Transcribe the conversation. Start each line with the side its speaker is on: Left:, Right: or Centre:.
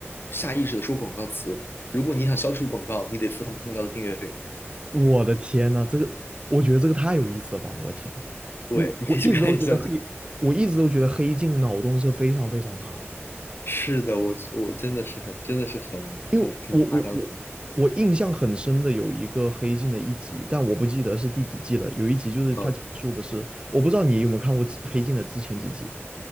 Left: 下意识的说广告词。如果你想消除广告，你得付他们更高的订阅费。
Right: 我的天呐，这个我觉得这个太有意思了吧！我的天，
Left: 对，
Right: 因为我我一直都觉得黑，
Left: 你可以去看一下这个。
Right: 我一直都觉得黑镜脑洞是非常非常大的，
Left: 是的，我我真的是很真的是很很挺夸张的
Right: 因为我我我我印象很深的有一个黑镜的一集，但我不记得是第几季了。有一集就是它讲述的是，
Left: 嗯
Right: 我不知道你有没有看过之黑镜的之前几集，